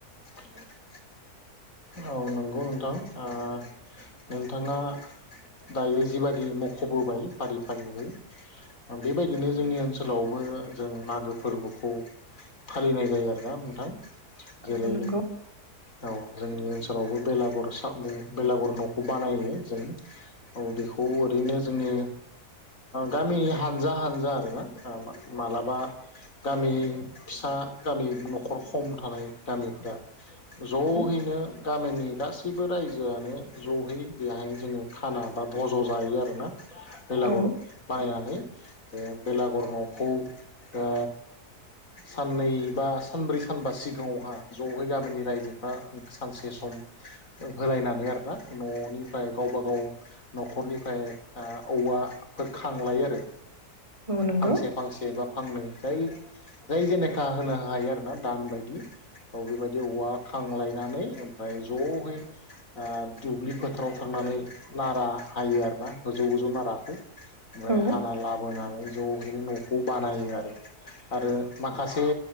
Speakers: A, on the left; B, on the right.
A: <inaudible> औ नंगौ नोंथां। ओ नोंथाङा दायो जिबायादि मख'बोबाय फारि फारियै, बेबायदिनो जोंनि ओनसोल ओनसोलावबो जों मागो फोरबोखौ फालिनाय जायो आरोना नोंथां।
B: औ
A: जेरै
B: नंगौ
A: औ जोंनि ओनसोलावबो बेलागुर साव बेलागुर न'खौ बानायो जों। औ बेखौ ओरैनो जोङो गामिनि हानजा हानजा आरोना मालाबा गामि फिसा गामि न'खर खम थानाय गामिफ्रा जहैनो
B: औ
A: गामिनि गासैबो रायजोआनो ज'यै बेहाय जोङो खाना बा बज' जायो आरोना बेलागुर
B: औ
A: बायनानै बेलागुर न'खौ ओ साननै बा सानब्रै सानबा सिगाङावहा जयै गामिनि रायजोफ्रा सानसे सम होलायनानै आरोना न'निफ्राय गावबा गाव न'खरनिफ्राय औवाफोर खांलायो आरो
B: औ नंगौ
A: फांसे फांसे बा फांनै जाय जाय जेनेखा होनो हायो आरोना दान बायदि। औ बेबायदि औवा खांलायनानै ओमफ्राय ज'है दुब्लि फोथाराव थांनानै नारा हायो आरोना गोजौ गोजौ नारखौ ओमफ्राय
B: औ
A: हाना लाबोनानै जयैनो न'खौ बानायो आरो। आरो माखासे